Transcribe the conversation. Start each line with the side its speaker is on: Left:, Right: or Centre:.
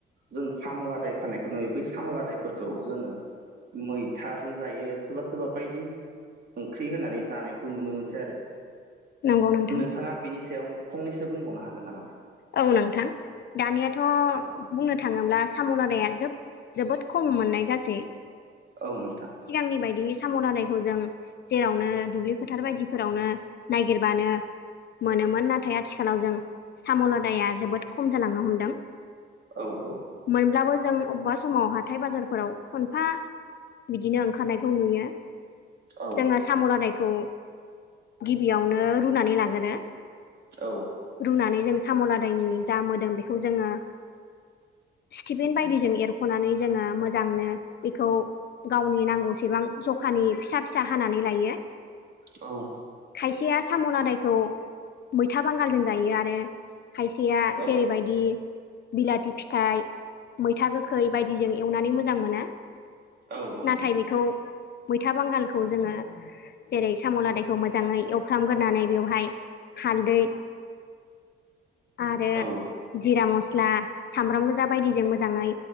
Right: जों साम'लादाय फाननायखौ नुयो बै साम'लादायफोरखौ जोङो मैथाजों जायो सोरबा सोरबा बायदि ओंख्रि होनानै जानायखौ नुनो मोनसै आरो।
Left: नंगौ नोंथां
Right: नोंथाङा बिनि सायाव फंनैसो बुंबावनो हागोन नामा?
Left: औ नोंथां दानियाथ'
Right: औ
Left: बुंनो थाङोब्ला साम'लदाया जोब जोबोद खम मोननाय जासै
Right: औ नोंथां।
Left: सिगांनि बायदि साम' दानायखौ जों जेरावनो दुब्लि फोथार बायदिफोरावनो नायागिरबानो मोनोमोन नाथाय आथिखालाव जों सामलदाया जोबोद खम जालांनो हमदों।
Right: औ औ।
Left: मोनब्लाबो जों अबेबा समाव हाथाय बाजारफोराव खनफा बिदिनो ओंखारनायखौ नुयो
Right: औ
Left: जोङो साम'लादायखौ गिबियावनो रुनानै लाग्रो।
Right: औ
Left: रुनानै जों साम'लादायनि जा मोदोम बेखौ जोङो स्टिफिन बायदिजों एरख'नानै जोङो मोजांनो बेखौ गावनि नांगौसेबां जखानि फिसा फिसा हानानै लायो
Right: औ
Left: खायसेया साम'ना आदायखौ मैथा बांगालजों जायो आरो खायसेया
Right: औ
Left: जेरै बायदि बिलाथि फिथाइ मैथा गोखै बायदिजों एवनानै मोजां मोनो।
Right: औ औ
Left: नाथाय
Right: नंगौ
Left: बेखौ मैथा बांगालखौ जोङो जेरै साम' लादायखौ मोजाङै एवफ्रामग्रोनानै बेवहाय हालदै आरो
Right: औ
Left: जिरा मस्ला सामब्राम गोजा बायदिजों मोजाङै